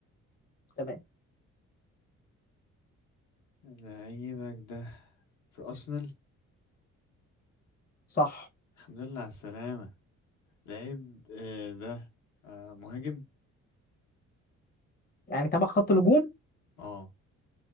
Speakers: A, on the left; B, on the left.
A: تمام
B: لعيبك ده في ارسنال
A: صح
B: الحمد لله على السلامة لعيب آه، ده آه، مهاجم
A: يعني تبع خط الهجوم
B: اه